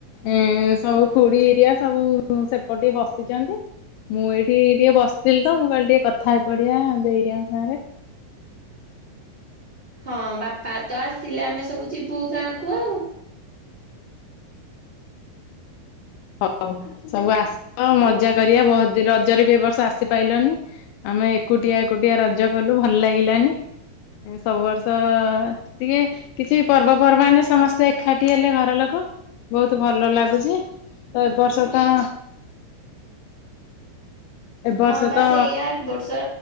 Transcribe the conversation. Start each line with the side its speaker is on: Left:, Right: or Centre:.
Left: ଏଁ ସବୁ ଖୁଡି ଏରିଆ ସବୁ ସେପଟେ ଟିକେ ବସିଛନ୍ତି। ମୁଁ ଏଇଠି ଟିକେ ବସିଥିଲି ତ ମୁଁ କାଲି ଟିକେ କଥା ହେଇ ପଡିଆ ଦେଇ ହେରିଆଙ୍କ ସାଙ୍ଗ ରେ।
Right: ହଁ ବାପା ତ ଆସିଲେ ଆମେ ସବୁ ଯିବୁ ଗାଁ କୁ ଆଉ।
Left: ହଉ ସବୁ ଆସ ମଜା କରିବା ବହୁତ ଦିନ ରଜରେ ବି ଏବ ବର୍ଷ ଆସିପାଇଲନି। ଆମେ ଏକୁଟିଆ ଏକୁଟିଆ ରଜ କଲୁ ଭଲ ଲାଗିଲାନି। ସବୁ ବର୍ଷ ଟିକେ କିଛି ପର୍ବପର୍ବାଣିରେ ସମସ୍ତେ ଏକାଠି ହେଲେ ଘର ଲୋକ ବହୁତ ଭଲ ଲାଗୁଛି। ତ ଏ ବର୍ଷ ଟା ଏ ବର୍ଷ
Right: ହଁ ବା
Left: ତ
Right: ସେଇଆ ଏ ବର୍ଷ